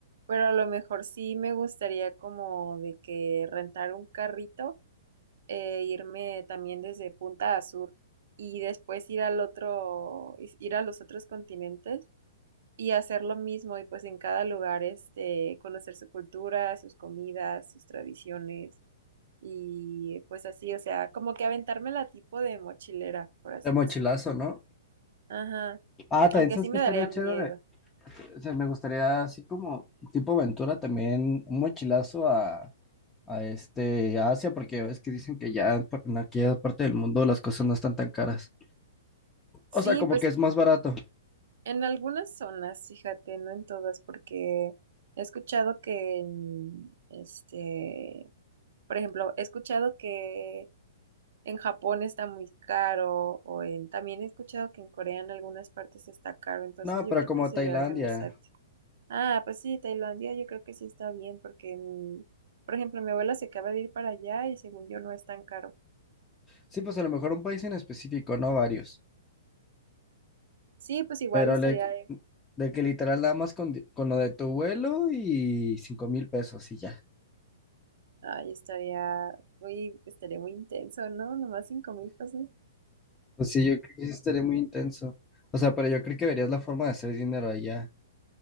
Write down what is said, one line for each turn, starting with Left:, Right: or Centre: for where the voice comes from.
Right: pero a lo mejor sí me gustaría como de que rentar un carrito, eh, irme también desde punta a sur y después ir al otro, is- ir a los otros continentes y hacer lo mismo y pues en cada lugar este, conocer su cultura, sus comidas, sus tradiciones y pues así, o sea, como que aventarme la tipo de mochilera, por así
Left: De mochilazo,
Right: decirlo.
Left: ¿no?
Right: Ajá.
Left: Ah, también
Right: Aunque
Left: sabes
Right: sí me
Left: que estaría
Right: daría miedo.
Left: chido de, o sea, me gustaría así como tipo aventura también, un mochilazo a, a este a Asia, porque ya ves que dicen que ya en par- en aquella parte del mundo las cosas no están tan caras.
Right: Sí,
Left: O sea, como
Right: pues
Left: que es más barato.
Right: en algunas zonas, fíjate, no en todas, porque he escuchado que en, este, por ejemplo, he escuchado que en Japón está muy caro, o en, también he escuchado que en Corea en algunas partes está caro, entonces
Left: No,
Right: yo
Left: pero
Right: creo
Left: como
Right: que sería
Left: Tailandia.
Right: organizarte. Ah, pues sí, Tailandia yo creo que sí está bien, porque mi, por ejemplo, mi abuela se acaba de ir para allá y según yo no es tan caro.
Left: Sí, pues a lo mejor un país en específico, no varios.
Right: Sí, pues igual
Left: Pero
Right: estaría
Left: le- de que literal nada más con, di- con lo de tu vuelo y cinco mil pesos y ya.
Right: Ay, estaría muy, estaría muy intenso, ¿no? Nomás cinco mil pesos.
Left: Pues sí, yo creo que sí estaría muy intenso. O sea, pero yo creo que verías la forma de hacer dinero allá.